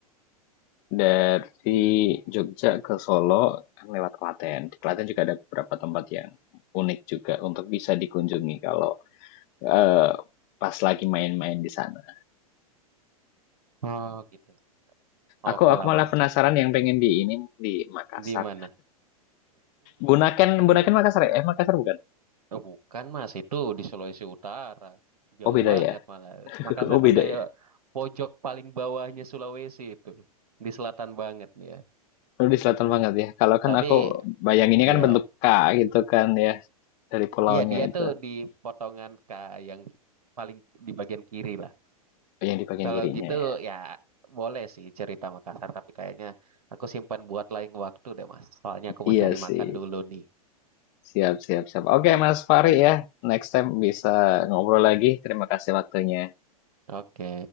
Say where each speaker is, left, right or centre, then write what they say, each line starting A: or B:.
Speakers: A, on the left (about 40°); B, on the right (about 80°).
A: dari Jogja ke Solo kan lewat Klaten. Di Klaten juga ada beberapa tempat yang unik juga untuk bisa dikunjungi kalau Eee, pas lagi main-main di sana.
B: Oh, gitu.
A: Aku
B: Oke
A: aku
B: lah
A: malah
B: Mas.
A: penasaran yang pengen di ini, di Makassar.
B: Di mana?
A: Bunaken Bunaken Makassar ya? Eh, Makassar bukan?
B: Oh, bukan Mas, itu di Sulawesi Utara. Jauh
A: Oh, beda
B: banget
A: ya?
B: malah.
A: <laughs>
B: Makassar
A: Oh, beda
B: tuh kayak
A: ya?
B: pojok paling bawahnya Sulawesi itu. Di selatan banget ya.
A: lu di selatan banget ya? Kalau kan
B: Tapi
A: aku bayanginnya
B: ya,
A: kan bentuk K gitu kan ya, dari pulaunya
B: ya dia
A: itu,
B: tuh di potongan K yang paling di bagian kiri lah.
A: Oh, yang di bagian
B: Kalau
A: kirinya
B: gitu
A: ya.
B: ya boleh sih cerita Makassar, tapi kayaknya aku simpan buat lain waktu deh Mas. Soalnya aku mau
A: Iya
B: cari
A: sih.
B: makan dulu nih.
A: Siap siap siap. Oke Mas Fahri ya, next time bisa ngobrol lagi. Terima kasih waktunya.
B: Oke.